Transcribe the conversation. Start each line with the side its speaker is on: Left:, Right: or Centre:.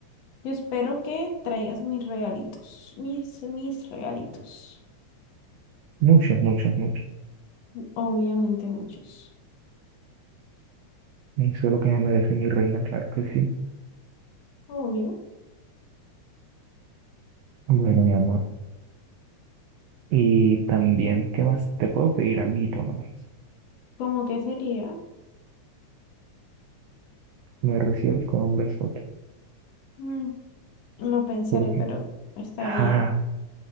Left: yo espero que traigas mis regalitos. Mis, mis regalitos.
Right: Muchos, muchos, muchos.
Left: Obviamente muchos.
Right: Eso es lo que me merece mi reina, claro que sí.
Left: Obvio.
Right: Bueno, mi amor. Y también, ¿qué más? Te puedo pedir algo más.
Left: ¿Cómo que sería?
Right: Me recibes con un besote.
Left: Mm, lo pensaré,
Right: Porque,
Left: pero está
Right: ah,
Left: bien.